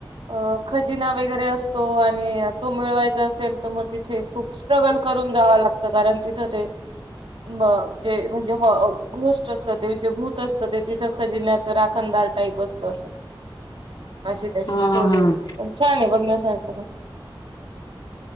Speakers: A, on the right (about 80°); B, on the left (about 55°).
A: अ खजिना वगैरे असतो आणि तो मिळवायचा असेल तर मगं तिथे खूप स्ट्रगल कर करून जाव लागत कारण तिथं ते मगं जे म्हणजे घोस्ट असत ते जे भूत असतं ते तिथं खजिन्याच राखणदार टाईप असत असं अशी त्याची
B: हा
A: स्टोरी
B: हा हा
A: आहे पण छान आहे बघण्यासारख